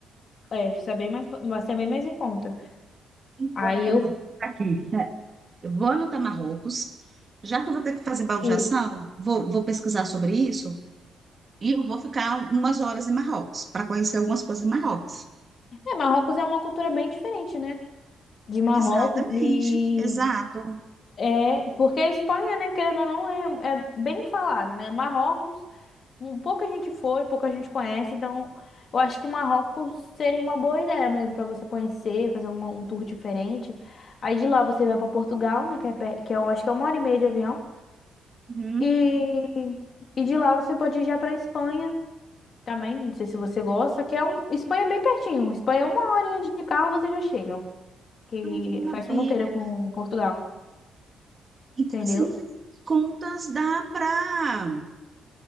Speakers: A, on the left (about 50°); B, on the right (about 35°).
A: É, isso é bem mais, vai ser bem mais em conta. Aí
B: Vou anotar
A: eu.
B: Marrocos aqui. É. Eu vou anotar Marrocos, já que eu vou ter que fazer baldeação,
A: e-
B: vou, vou pesquisar sobre isso. E eu vou ficar um, umas horas em Marrocos, para conhecer algumas coisas em Marrocos.
A: É, Marrocos é uma cultura bem diferente, né? De Marrocos,
B: Exatamente,
A: de
B: exato.
A: É, porque a Espanha, né, querendo ou não, é, é bem falada, né? Marrocos, um, pouca gente foi, pouca gente conhece, então eu acho que Marrocos seria uma boa ideia mesmo para você conhecer, fazer uma- um tour diferente. Aí de lá você vai para Portugal, né, que é, per- que é, eu acho que é uma hora e meia de avião,
B: Uhum.
A: e, e de lá você pode ir já para Espanha também, não sei se você gosta, que é um, Espanha é bem pertinho, Espanha é uma horinha de carro você já chega, que
B: Ai, que maravilha.
A: faz fronteira com Portugal.
B: Então,
A: entendeu?
B: assim, no fim das contas, dá para